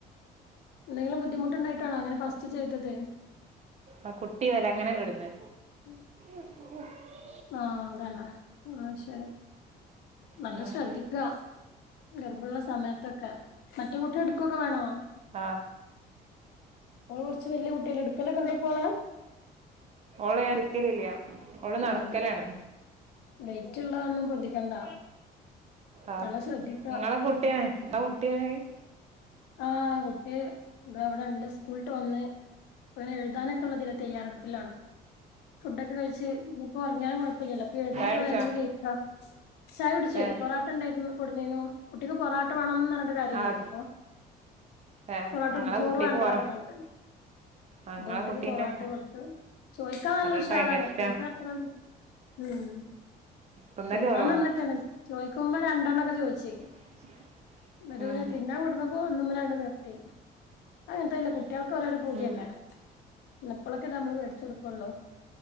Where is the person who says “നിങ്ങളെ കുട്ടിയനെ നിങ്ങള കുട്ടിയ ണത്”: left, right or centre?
Right